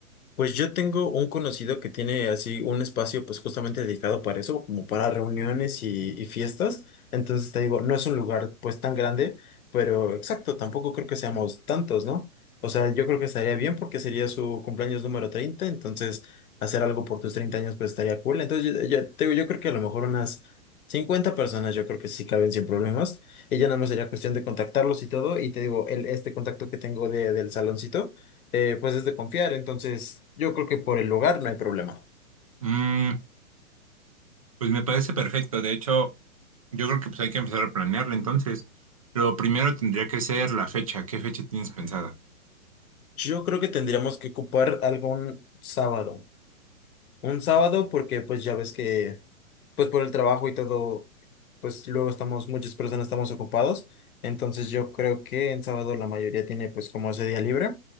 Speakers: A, on the left (about 80°); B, on the right (about 25°).
A: Pues yo tengo un conocido que tiene así un espacio pues justamente dedicado para eso, como para reuniones y, y fiestas. Entonces te digo, no es un lugar pues tan grande, pero exacto, tampoco creo que seamos tantos, ¿no? O sea, yo creo que estaría bien porque sería su cumpleaños número 30 entonces hacer algo por tus 30 años pues estaría cool. Entonces yo, yo te digo, yo creo que a lo mejor unas 50 personas yo creo que sí caben sin problemas. Y ya nada más sería cuestión de contactarlos y todo. Y te digo, el, este contacto que tengo de, del saloncito eh, pues es de confiar, entonces yo creo que por el lugar no hay problema.
B: Mm, pues me parece perfecto. De hecho, yo creo que pues hay que empezar a planearlo entonces. Lo primero tendría que ser la fecha. ¿Qué fecha tienes pensada?
A: Yo creo que tendríamos que ocupar algún sábado. Un sábado porque pues ya ves que pues por el trabajo y todo, pues luego estamos, muchas personas estamos ocupados, entonces yo creo que en sábado la mayoría tiene pues como ese día libre.